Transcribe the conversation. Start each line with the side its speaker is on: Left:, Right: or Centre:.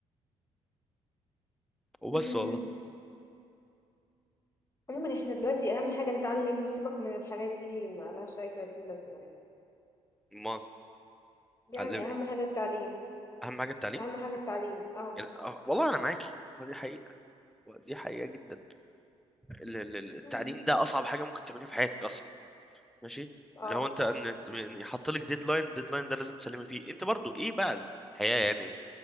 Centre: وبس
Left: مم.
Centre: والله
Left: عموما احنا دلوقتي اهم حاجة نتعلم وسيبك من الحاجات دي ما لهاش اي 30 لازمة يعني
Centre: ما
Left: يعني
Centre: علم
Left: اهم حاجة التعليم
Centre: اهم حاجه التعليم
Left: اهم حاجة التعليم اه
Centre: يعني آه، والله انا معاكي هو دي حقيقه ودي حقيقه جدا ال- ال- ال- التعليم
Left: مم.
Centre: ده اصعب حاجه ممكن تعمليها في حياتك اصلا ماشي
Left: اه
Centre: اللي هو انت ان إن يحط لك ديدلاين الديدلاين ده لازم تسلمي فيه انت برضو ايه بقى الحياه يعني